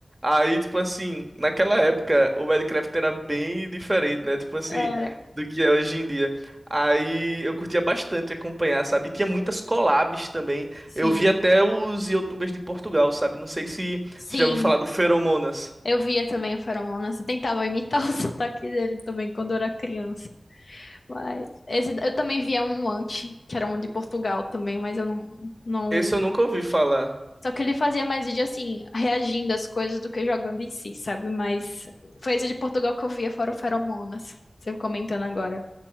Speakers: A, on the right (about 20°); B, on the left (about 75°).
A: Aí, tipo assim, naquela época o Minecraft era bem diferente, né? Tipo assim,
B: Era.
A: do que é hoje em dia. Aí eu curtia bastante acompanhar, sabe? Tinha muitas collabs também.
B: Sim.
A: Eu vi até os YouTubers de Portugal, sabe? Não sei se
B: Sim.
A: você já ouviu falar do Feromonas.
B: Eu via também o Feromonas. Eu tentava imitar <laughs> o sotaque dele também quando eu era criança. Mas esse, eu também via um anti, que era um de Portugal também, mas eu não, não...
A: Esse eu nunca ouvi falar.
B: Só que ele fazia mais vídeo assim, reagindo às coisas do que jogando em si, sabe? Mas foi esse de Portugal que eu via, fora o Feromonas. Você comentando agora.